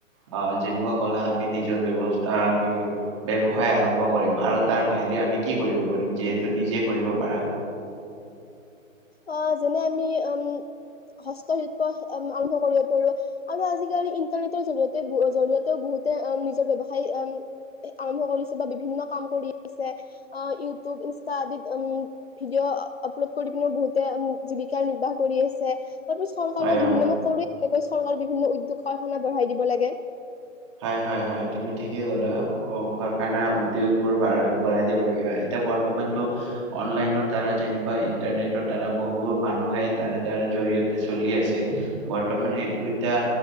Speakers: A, on the right; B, on the left.
A: আহ যেনেকোৱা কলা আমি নিজৰ ব্যৱ আহ ব্যৱসায় আৰম্ভ কৰিম আৰু তাৰ বাহিৰে আমি কি কৰিব পাৰো, যিহেতু নিজে কৰিব পাৰা
B: অ' যেনে আমি উম হস্তশিল্প আৰম্ভ কৰিব পাৰো আৰু আজিকালি ইন্টাৰনেটৰ জৰিয়তে জৰিয়তেও বহুতে নিজৰ ব্যৱসায় আৰম্ভ কৰিছে বা বিভিন্ন কাম কৰি আছে ইউটিউব, ইনষ্টা আদিত উম ভিডিঅ' আপলোড কৰি পিনে বহুত তে জীৱিকা নিৰ্বাহ কৰি আছে, তথাপি চৰকাৰেও
A: হয় হয়।
B: বিভিন্ন ধৰণৰ কৰে তেনেকৈ চৰকাৰে বিভিন্ন উদ্যোগ কাৰখানা বঢ়াই দিব লাগে।
A: হয় হয় হয় তুমি ঠিকেই ক'লা, কল, কাৰখানা উদ্যোগ বোৰ বঢ়াই দিব লাগিব, এতিয়া বৰ্তমানটো অনলাইনৰ দ্বাৰা যেনেকুৱা ইন্টাৰনেটৰ দ্বাৰা বহু মানুহে তাৰে দ্বাৰা জৰিয়তে চলি আছে, বৰ্তমান সেইটো এতিয়া